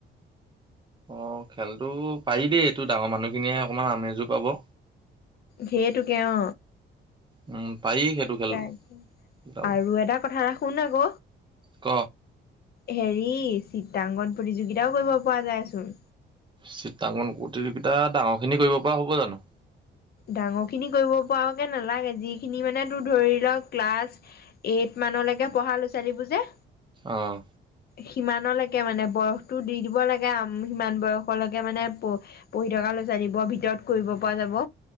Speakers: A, on the right (about 25°); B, on the left (about 55°).
A: অ খেলতো, পাৰি দেই। এইটো ডাঙৰ মানুহখিনিয়ে অকমান আমেজো পাব।
B: হেইটোকে অ,
A: উম পাৰি সেইটো খেল
B: তাকে,
A: যাব
B: আৰু এটা কথা ৰা- শুন আক।
A: ক
B: হেৰি চিত্ৰাংকণ প্ৰতিযোগিতাও কৰিব পৰা যায়চোন।
A: চিত্ৰাংকন প্ৰতিযোগিতা ডাঙৰ খিনি কৰিব পৰা হ'ব জানো?
B: ডাঙৰ খিনি কৰিব পৰাকে নালাগে যিখিনি মানে তোৰ ধৰি ক্লাছ এইট মানলৈকে পঢ়া লৰা - ছোৱালীবোৰ যে
A: অহ
B: সিমানলৈকে মানে বয়সটো দি দিব লাগে আম সিমান বয়সলৈকে মানে প -পঢ়ি থকা লৰা- ছোৱালীবোৰৰ ভিতৰত কৰিব পৰা যাব।